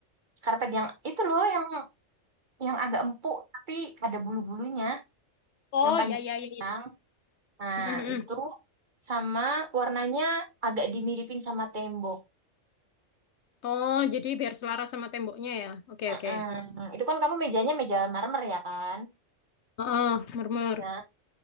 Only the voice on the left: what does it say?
oh
ya ya ya
ya.
<laughs>
Oh, jadi biar selaras sama temboknya ya. Oke,
oke.
Heeh, murmur.